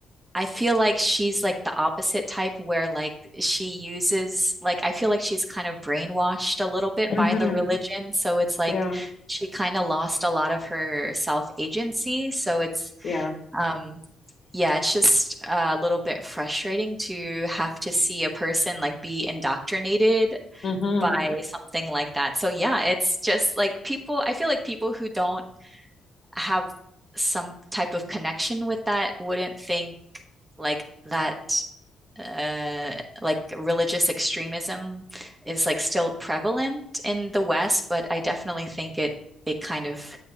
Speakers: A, on the right; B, on the left.
A: I feel like she's like the opposite type where like she uses like I feel like she's kind of brainwashed a little bit
B: Mm-hmm.
A: by the religion, so it's like
B: Yeah.
A: she kind of lost a lot of her self-agency, so it's
B: Yeah.
A: um yeah, it's just uh, a little bit frustrating to have to see a person like be indoctrinated
B: Mm-hmm.
A: by something like that. So yeah, it's just like people I feel like people who don't have some type of connection with that wouldn't think like that uh, like religious extremism is like still prevalent in the West, but I definitely think it it kind of